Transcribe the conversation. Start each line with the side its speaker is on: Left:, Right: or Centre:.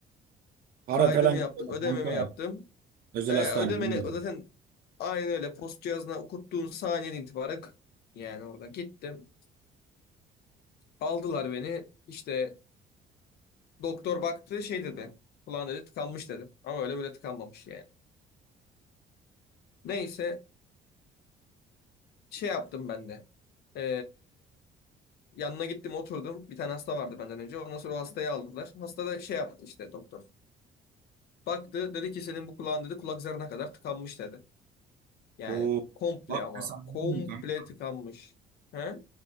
Right: Para
Left: Kaydımı
Right: falan
Left: yaptım.
Right: gidiyor
Left: Ödememi
Right: da kanka.
Left: yaptım.
Right: Özel
Left: E,
Right: hastane.
Left: ödemeni
Right: Hmm.
Left: zaten aynen öyle post cihazına okuttuğun saniyeden itibaren k- yani orada gittim. Aldılar beni. İşte doktor baktı şey dedi. Kulağın dedi tıkanmış dedi. Ama öyle böyle tıkanmamış yani. Neyse şey yaptım ben de. E, Yanına gittim oturdum. Bir tane hasta vardı benden önce. Ondan sonra o hastayı aldılar. Hasta da şey yaptı işte doktor. Baktı dedi ki senin bu kulağın dedi kulak zarına kadar tıkanmış dedi. Yani
Right: Oo.
Left: komple
Right: Bak
Left: ama
Right: ben sana
Left: komple
Right: ne dedim kanka?
Left: tıkanmış. He?